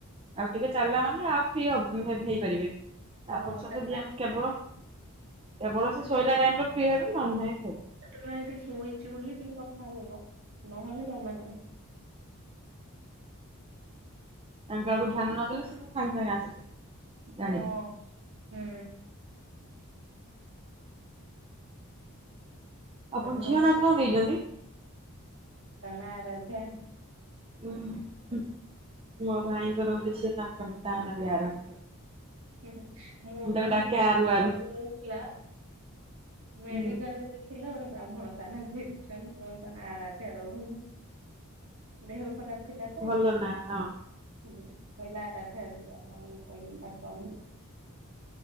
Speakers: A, on the right; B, on the right.
A: ଆଉ ଟିକେ ଚାଲିଲା ମାନେ ଆଉ ଫ୍ରି ହେବ୍ ହେଇପାରିବେନି।
B: ହଁ
A: ତାପ ସହିତଦି
B: ଖାଲି ପାଟିରେ
A: ଆମେ କେବଳ। କେବଳ ସେ ଶୋଇଲା ଟାଇମରେ ଫ୍ରି ହେବେ ନ ନାଇଁ ଶୋଇ
B: ଟୋକା ଏଠି ଶୋଇଛି ବୋଲି ଟିକେ କଥା ହେହବ ନହେଲେ ଜମା ନାଇ।
A: ତାଙ୍କ ଆଡୁ ଧ୍ୟାନ ନଦଲେ <unintelligible> ସାଙ୍ଗେ ସାଙ୍ଗେ ଆସିବେ। ଜାଣିବେ।
B: ହଁ ହୁଁ
A: ଆପଣ
B: ନହେଲେ
A: ଝିଅ ନା କଣ ଦେଇଛନ୍ତି?
B: ତ ନା ଆରାଧ୍ୟା।
A: ହୁଁ ମୁଁ ଭାଇଙ୍କର ଗୋଟେ ଝିଅ ତା ତା ନାଁ ବି ଆରାଧ୍ୟା।
B: ହୁଁ ହୁଁ ମୁଁ
A: ତାକୁ
B: ମାନେ
A: ଡାକେ
B: <unintelligible>
A: ଆରୁ ଆରୁ
B: ତଥିଲା
A: ହୁଁ
B: ମେଡିକାଲରେ ଦେଖିଲ ଗୋଟେ ବ୍ରାହ୍ମଣ ତାନ ଦେଖଛନ୍ତି ତା ନାଁ ଆରାଧ୍ୟ ଦବୁ। ଦେହ ଖରାପ। ଥିଲା ତ
A: ଭଲ
B: ହୁଁ
A: ନା ହଁ
B: କହିଲା ରାଧା ଦେମା ବୋଲି କହିଲି ତାଞ୍ଚ ଆଡ <unintelligible>